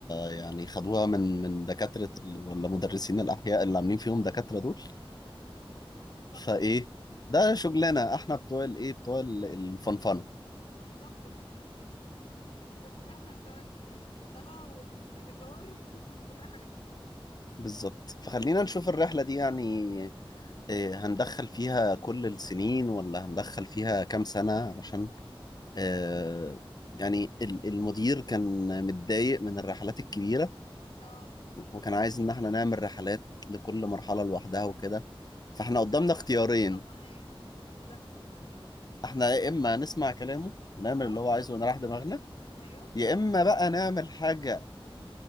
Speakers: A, on the left (about 45°); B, on the left (about 75°).
A: يعني خدوها من من دكاتره ال- ولا مدرسين الاحياء اللي عاملين فيهم دكاتره دول
B: صح
A: فايه ده شغلنا احنا بتوع الايه بتوع ال- الفنفنه
B: بالظبط كده بالظبط احنا بتوع ال- الدلع والهزار <laughs> والرحلات
A: بالظبط فخلينا نشوف الرحله دي يعني إيه هندخل فيها كل السنين ولا هندخل فيها كام سنه علشان آه يعني ال- المدير كان متضايق من الرحلات الكبيره
B: اه
A: وكان عايز ان احنا نعمل رحلات لكل مرحلة لوحدها وكده
B: انا
A: فاحنا
B: بصراحة
A: قدامنا اختيارين
B: متفقة معاه يعني ما في ده
A: احنا
B: ده-
A: يا اما نسمع كلامه ونعمل
B: اه
A: اللي هو عايزه ونريح دماغنا
B: ايوه
A: يا اما بقى نعمل حاجة